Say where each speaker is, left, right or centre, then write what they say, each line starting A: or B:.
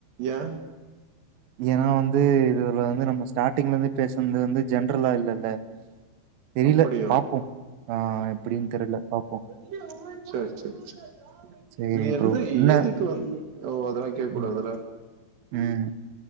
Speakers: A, on the right; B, on the right.
A: ஏ
B: ஏன்னா வந்து இதுல வந்து நம்மஸ் ஸ்டார்டிங்ல இருந்து பேசன்து வந்து ஜென்ரலா இல்லல்ல தெரியில
A: அப்டியோ
B: பாப்போம் ஆ எப்புடின் தெரில பாப்போம்
A: <unintelligible> செர் செர் செர்
B: சரி
A: நீ எந்த
B: ப்ரோ. என்ன
A: எதுக்கு வந்து ஓ அதெல்லா கேட்க் கூடாதுல்ல
B: ம், ம்